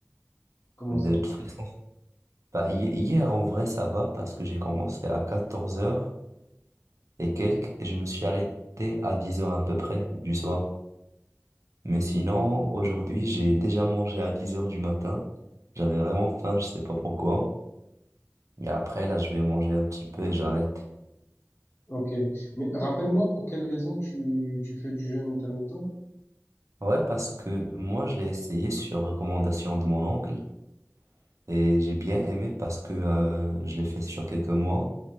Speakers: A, on the left; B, on the right.
A: Comment
B: De
A: ça?
B: toute façon, bah, hi- hier, en vrai, ça va parce que j'ai commencé à 14 heures et quelques et je me suis arrêté à 10 heures à peu près du soir. Mais sinon, aujourd'hui, j'ai déjà mangé à 10 heures du matin. J'avais vraiment faim, je sais pas pourquoi. Et après, là, je vais manger un petit peu et j'arrête.
A: Ok. Mais rappelle-moi pour quelle raison tu, tu fais du jeûne intermittent?
B: Ouais, parce que moi, je l'ai essayé sur recommandation de mon oncle et j'ai bien aimé parce que euh, je l'ai fait sur quelques mois.